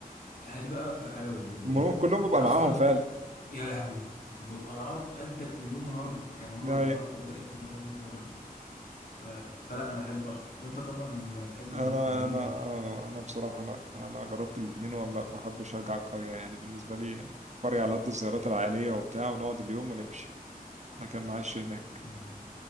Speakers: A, on the left; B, on the right.
A: هدي بقى اكتر حاجه بت-
B: <laughs>
A: بتضايقني
B: المهم كلهم بيبقى
A: انا اصلا
B: معاهم فعلا
A: يا لهوي ببقى معاهم قدك مليون مره يعني هم
B: ده
A: بيبقوا
B: هي.
A: معاهم قدك مليون مره ف... فلا انا احب اخرج وانت طبعا هتحب
B: انا
A: المدينه مليون
B: انا
A: مره
B: آه، انا بصراحة لا انا جربت الاتنين وما لا، ما احبش ارجع القرية يعني بالنسبة لي قرية على قد الزيارات العائلية وبتاع ونقعد اليوم ونمشي انا كان معاش هناك
A: اه